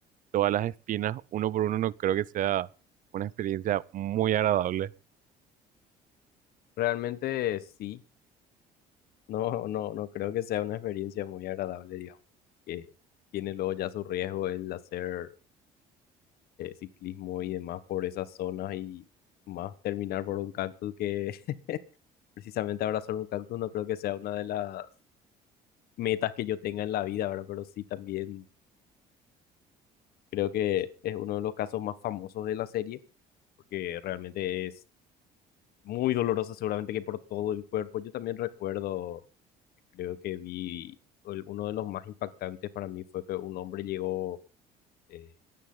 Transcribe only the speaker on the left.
Realmente sí, no, no, no creo que sea una experiencia muy agradable, digamos, que tiene luego ya su riesgo el hacer eh, ciclismo y demás por esas zonas y más terminar por un cactus que precisamente abrazar un cactus no creo que sea una de las metas que yo tenga en la vida, ¿verdad? Pero sí también creo que es uno de los casos más famosos de la serie, porque realmente es muy doloroso, seguramente que por todo el cuerpo. Yo también recuerdo, creo que vi, el- uno de los más impactantes para mí fue que un hombre llegó, eh,